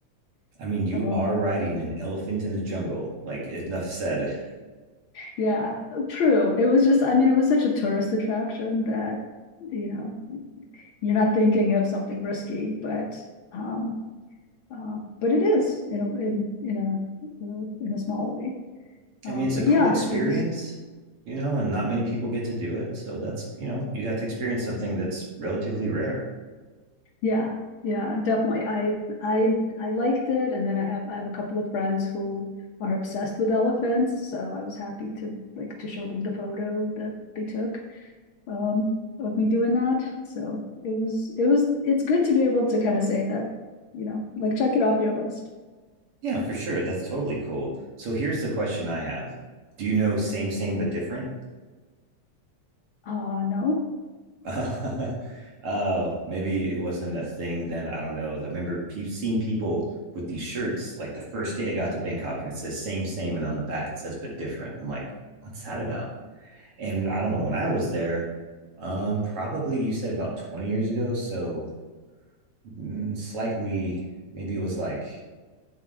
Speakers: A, on the right; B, on the left.
A: I mean, you
B: Um,
A: are riding an elephant in the jungle. Like enough said.
B: yeah, true. It was just I mean it was such a tourist attraction that you know you're not thinking of something risky, but um, Uh, but it is in a, in in a in a small way. Uh,
A: I mean, it's
B: but
A: a cool
B: yeah,
A: experience,
B: it was
A: you know, and not many people get to do it. So that's, you know, you got to experience something that's relatively rare.
B: yeah yeah definitely. I I I liked it, and then I have I have a couple of friends who are obsessed with elephants, so I was happy to like to show them the photo that they took um, of me doing that. So it was it was it's good to be able to kind of say that you know like check it off your list.
A: Yeah, for sure. That's totally cool. So here's the question I have Do you know same, same, but different?
B: Uh no,
A: Oh, <laughs> uh, maybe it wasn't a thing then. I don't know. I remember pe- seeing people with these shirts like the first day I got to Bangkok and it says same, same. And on the back it says but different. I'm like, what's that about? And I don't know when I was there, um, probably you said about 20 years ago. So mm, slightly, maybe it was like